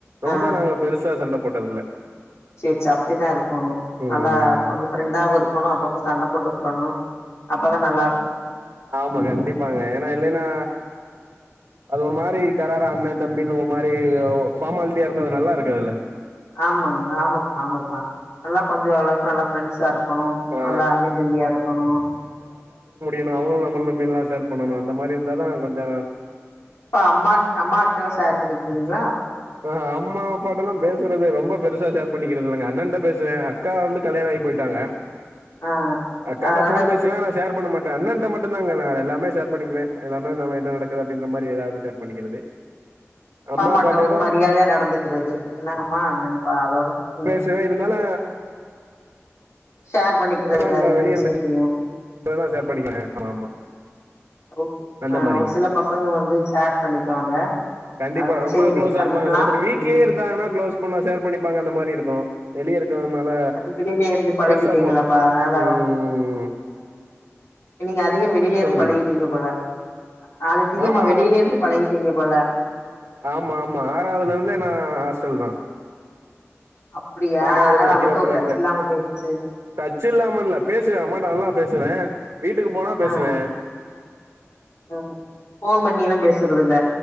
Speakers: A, on the right; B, on the left.
A: ரொம்ப
B: ஆ
A: நாங்க பெருசா சண்ட போட்டதில்ல
B: சேர் சே அப்டித்தா இருக்கோனு
A: ம்
B: நல்லா கொஞ்சொ ஃப்ரெண்டாவு இருக்கோனு அப்பப்ப சண்ட போட்டுக்கிறனு அப்பதா நல்லாருக்கு
A: ஆமா கண்டிப்பாங்க ஏனா இல்லைனா அது ஒரு மாரி கராரா அண்ணே தம்பின் ஒரு மாரி ஃபார்மால்ட்டியாருந்த அது நல்லாருக்குதுல
B: ஆமாங்க ஆமாப்பா ஆமாப்பா நல்லா கொஞ்சொ ஓளவுக்கு நல்லா ஃப்ரெண்ட்ஸாரு க்கொனு
A: ஆ
B: நல்லா அண்ணே தம்பியாருக்கொனு
A: ஏனா அவங்களு நம்மள நம்பி எல்லா ஷேர் பண்ணணு அந்த மாரிருந்த தா கொஞ்சொ
B: ப்ப அம்மா அம்மாட்லா ஷேர் பண்ணிக்கிவீங்ளா
A: ஆ அம்மா அப்பாட்டலா பேசுறதே ரொம்ப பெரு சா ஷேர் பண்ணிக்கிறது இல்லங்க எங்கண்ணன்ட்ட பேசுவே அக்கா வந்து கல்யாணோ ஆயி போய்ட்டாங்க
B: ஆ
A: அக்காட்ட
B: அதனால
A: ஃபோன்
B: இவங்க
A: பேசுவே ஆனா ஷேர் பண்ணமாட்டே அண்ணன்ட்ட மட்டுந்தாங்க நா எல்லாமே ஷேர் பண்ணிக்குவே எல்லாமே நம்ம என்ன நடக்குது அப்டிங்ற மாரி எதாவ்து ஷேர் பண்ணிக்கிறது
B: <inaudible>
A: அம்மா அப்பாட்டைலா
B: வந்து மரியாதையா நடந்துக்கிறது என்னங்கம்மா என்னங்ப்பா அதோட ம்
A: ச்சன இருந்தாலு
B: ஷேர் பண்ணிக்கிறது கெடயாது
A: அங்க
B: எந்த
A: வெளிய
B: விஷ்யத்தையு
A: நடக்க இதெல்லா ஷேர் பண்ணிக்கிறேன் ஆமா ஆமா
B: ஒரு சி
A: அந்த
B: ஆ
A: மாரிங்க
B: ஒரு சில பசங்க வந்து ஷேர் பண்ணிக்குவாங்க
A: கண்டிப்பா
B: அ
A: ரொம்ப
B: சேரி
A: க்ளோஸாருப்பாங்க
B: பண்ணிக்கலா
A: சில பேரு வீட்லே
B: ம்
A: இருந்தாங்கன்னா க்ளோஸ் பண்ணா ஷேர் பண்ணிப்பாங்க அந்தமாரி இருக்கு வெளியரு க்கனால
B: நீங்க வெளியில இருந்து பழகிட்டீங்களாப்பா
A: பெருசா ஃபோ
B: அதனால
A: உம்
B: நீங்க அதிகோ வெளிலேந்து
A: சொல்லுங்க
B: பழகிட்டீங்க போல அதிகமா
A: ஆமா
B: வெளிலேர்ந்து பழகிட்டீங்க போல
A: ஆமாமா ஆறாவ்துலருந்தே நா ஹாஸ்டல் தா
B: அப்பிடியா
A: ஆறாவது
B: அதனால
A: படிக்கிறப்பல
B: அவுங்கள்ட்ட ஒரு டச்
A: இருந்தே
B: இல்லாம போய்ருச்சு
A: டச் இல்லாமல்ல பேசுவே அம்மாட்ட நல்லா பேசுவே வீட்டுக்கு போனா பேசுவே
B: ஆ ம் ஃபோன் பண்ணில்லா பேசுறதுல்ல